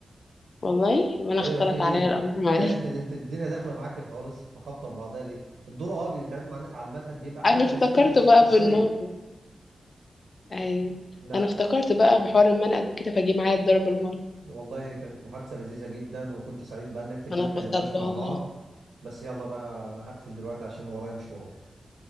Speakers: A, on the left; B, on the right.
A: والله يبقى انا
B: ايوه
A: اختلط
B: في ايه
A: عليا الامر <laughs> معلش
B: لا انت انت الدنيا داخله معاك خالص في خبطه في بعضها ليه الدور اه بيتعمل مع- على المنقد بيبقى حلو
A: انا افتكرت
B: بس بقى في الشيء
A: بقى
B: في الصيف
A: بالنار اي
B: لا
A: انا افتكرت بقى بحوار المنقد وكده فجه معايا الضرب المرة
B: والله كانت محادثه لذيذه جدا وكنت سعيد بقالنا كتير
A: انا
B: ما اتكلمناش
A: اتبسطت
B: مع
A: والله
B: بعض بس يلا بقى انا هقفل دلوقتي عشان ورايا مشوار